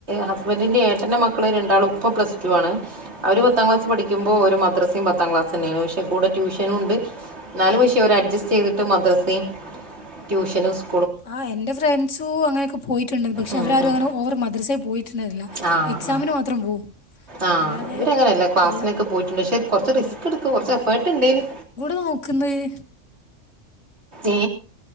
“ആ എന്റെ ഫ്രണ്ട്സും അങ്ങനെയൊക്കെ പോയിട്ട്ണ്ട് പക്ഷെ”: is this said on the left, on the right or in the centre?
Left